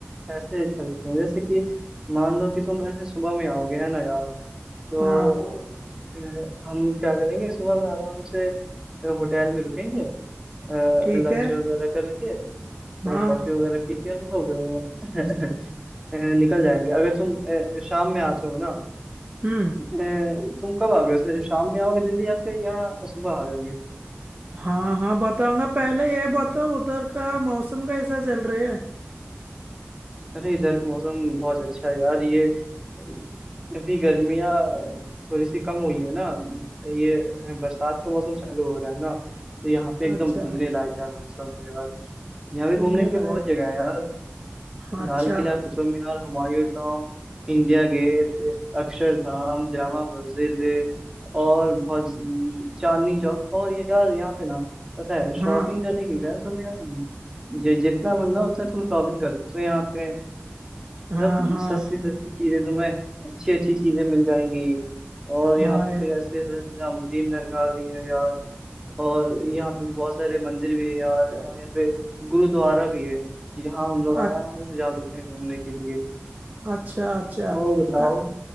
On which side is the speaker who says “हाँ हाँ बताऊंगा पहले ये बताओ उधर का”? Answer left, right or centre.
Right